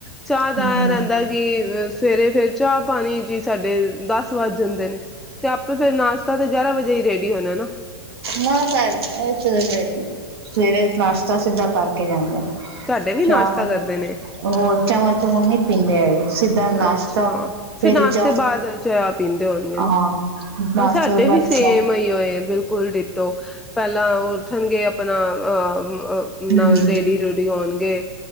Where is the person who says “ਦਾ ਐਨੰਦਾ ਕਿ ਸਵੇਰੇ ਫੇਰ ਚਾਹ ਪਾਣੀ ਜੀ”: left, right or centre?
Centre